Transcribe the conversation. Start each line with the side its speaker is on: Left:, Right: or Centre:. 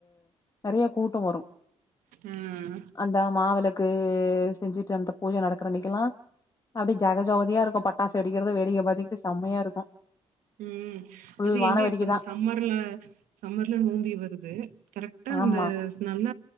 Left: நெறைய கூட்ட வரு
Right: ஆ.
Left: அந்த மாவிளக்கு செஞ்சுட்டு அந்த பூஜ நடக்கிற அன்னைகுளா அப்டியே ஜெக ஜோதியா இருக்கு பட்டாசு வெடிக்கிறது வேடிக்கை பாத்துட்டு செம்மையா இருக்கு
Right: ம்
Left: ஃபுல்
Right: அது
Left: வான
Right: எங்க
Left: வேடிக்கை
Right: இப்ப இந்த
Left: தா
Right: சம்மர்ல சம்மர்ல நோம்பி வருது கரெக்டா
Left: ஆமா
Right: அந்த நல்ல